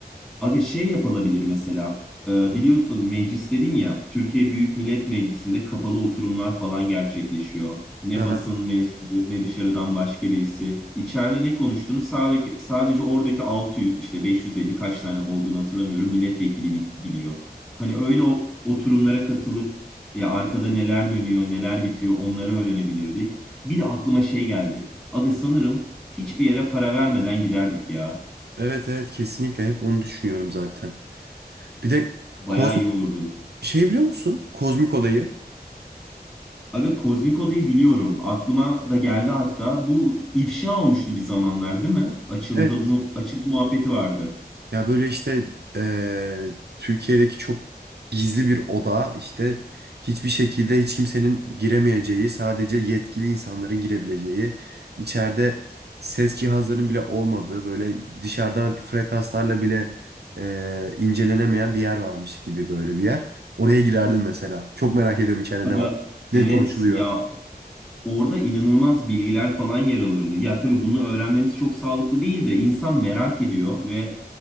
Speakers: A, in the centre; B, on the right.
A: Aga şey yapılabilir mesela. Ee, biliyorsun meclis dedin ya. Türkiye Büyük Millet Meclisi'nde kapalı oturumlar falan gerçekleşiyor. Ne
B: Hı hı.
A: basın mensubu ne dışarıdan başka birisi. İçeride ne konuştuğunu sadece, sadece oradaki 600 işte 550 kaç tane olduğunu hatırlamıyorum milletvekili bil- biliyor. Hani öyle o, oturumlara katılıp ya arkada neler dönüyor neler bitiyor onları öğrenebilirdik. Bir de aklıma şey geldi. Aga sanırım hiçbir yere para vermeden giderdik ya.
B: Evet evet kesinlikle hep onu düşünüyorum zaten. Bir de
A: Bayağı
B: kozmik
A: iyi olurdu.
B: şey biliyor musun? Kozmik odayı.
A: Aga Kozmik Oda'yı biliyorum. Aklıma da geldi hatta. Bu ifşa olmuştu bir zamanlar değil mi? Açıldı
B: Evet.
A: mı, açıldı muhabbeti vardı.
B: Ya böyle işte eee, Türkiye'deki çok gizli bir oda işte hiçbir şekilde hiç kimsenin giremeyeceği sadece yetkili insanların girebileceği içeride ses cihazlarının bile olmadığı böyle dışarıdan frekanslarla bile eee, incelenemeyen bir yer varmış gibi böyle bir yer. Oraya girerdim mesela. Çok merak ediyorum içeride
A: Aga
B: ne var.
A: evet
B: Ne konuşuluyor.
A: ya orada inanılmaz bilgiler falan yer alırdı. Ya tabii bunu öğrenmemiz çok sağlıklı değil de insan merak ediyor ve